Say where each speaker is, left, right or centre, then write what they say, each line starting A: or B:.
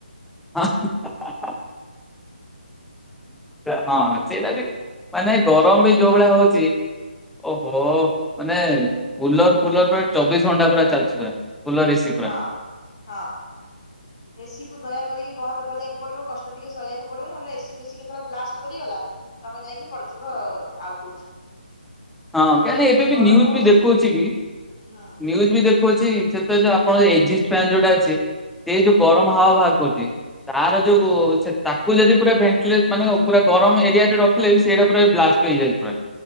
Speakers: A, in the centre; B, on the left (about 35°).
A: <inaudible> ହଁ ସେଇଟା ବି ମାନେ ଗରମ ବି ଯୋଉ ଭଳିଆ ହଉଚି ଓହୋ ମାନେ କୁଲର ଫୁଲର ମାନେ ଚବିଶ ଘଣ୍ଟା ପୁରା ଚାଲିଚି ପୁରା କୁଳର ଏସି। ପୁରା
B: ହଁ ହଁ। ଏସିି କୁ ଦୟା କରିକି ବନ୍ଦ କରିବାକୁ ପଡିବ କଷ୍ଟ ଟିକେ ସହିଆକୁ ପଡିବ ନହଲେ ଏସି ପେସିି କେତେବେଳେ ବ୍ଲାଷ୍ଟ କରିଗଲା ତମେ ଯାଇକି ପଡି ଥିବ ଆଉ କୋଉଠି।
A: ହଁ
B: ଯୋଉ
A: କେଆଣି
B: ରେଟ
A: ଏବେ
B: ରେ
A: ବି
B: ଗରମ
A: ନ୍ୟୁଜ୍
B: ହଉଛି
A: ବି ଦେଖଉଚି ବି
B: ହୁଁ
A: ନ୍ୟୁଜ୍ ବି ଦେଖ ସେ ଆପଣଜି ଏଜିଷ୍ଟ ଫ୍ୟାନ ଯୋଉଟା ଅଛି ସେ ଯୋଉ ଗରମ ହାୱା ବାହାର କରୁଚି। ତାର
B: ହୁଁ
A: ଯୋଉ ସେ ତା କୁ ଯଦି ପୁରା ଭେଣ୍ଟ ମାନେ କ ପୁରା ଗରମ ଏରିଆରେ ରଖିଲେ ସେଇଟା ପୁରା ବ୍ଲାଷ୍ଟ ହେଇଯାଏ ପୁରା।